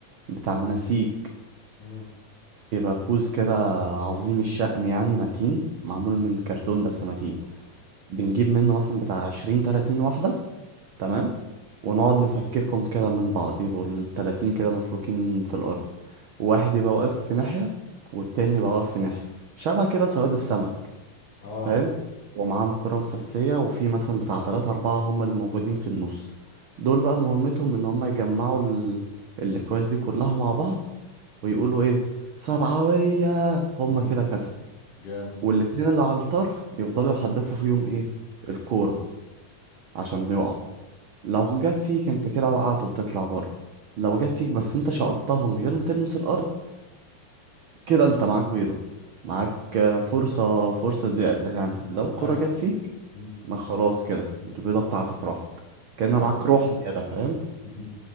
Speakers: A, on the right; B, on the left.
A: بتاع النسيج
B: مم.
A: بيبقى كوز كده عظيم الشأن يعني متين معمول من كرتون بس متين بنجيب منه مثلا بتاع عشرين تلاتين واحدة تمام ونقعد نفككهم كده من بعض يبقوا التلاتين كده مفكوكين في الأرض واحد يبقى واقف في ناحية والتاني يبقى واقف في ناحية شبه كده صياد السمك
B: اه
A: فاهم ومعاهم كرة مفسية وفي مثلا بتاع تلاتة أربعة هم اللي موجودين في النص دول بقى مهمتهم إن هم يجمعوا ال... الأكواز دي كلها مع بعض ويقولوا إيه سبعوية هم
B: امم
A: كده كسب
B: جام
A: والاتنين اللي على الطرف يفضلوا يحدفوا فيهم إيه الكورة عشان يقعوا لو جت فيك انت كده وقعت وتطلع بره لو جت فيك بس انت شقطتها من غير ما تلمس الارض كده انت معاك بيضة معاك آه، فرصة فرصة زيادة يعني لو الكرة
B: ايوه
A: جت فيك
B: مم.
A: ما خلاص كده البيضة بتاعتك راحت كان
B: جام
A: معاك روح زيادة فاهم
B: مم.